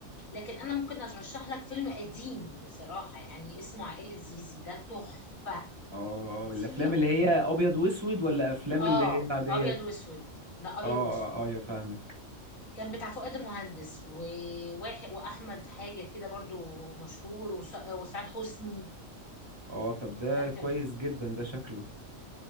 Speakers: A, on the left; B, on the right.
A: لكن انا ممكن ارشح لك فيلم قديم بصراحه يعني اسمه عائله زيزي ده تحفه
B: اه
A: دي
B: الافلام اللي هي ابيض واسود ولا افلام
A: اه
B: اللي هي العاديه
A: ابيض واسود ده ابيض
B: اه اه
A: واسود
B: آه، ايوه فاهمك
A: كان بتاع فؤاد المهندس وواحد واحمد حاجه كده برضو مشهور وس- وسعاد حسني
B: اه طب ده
A: لا كان
B: كويس جدا ده شكله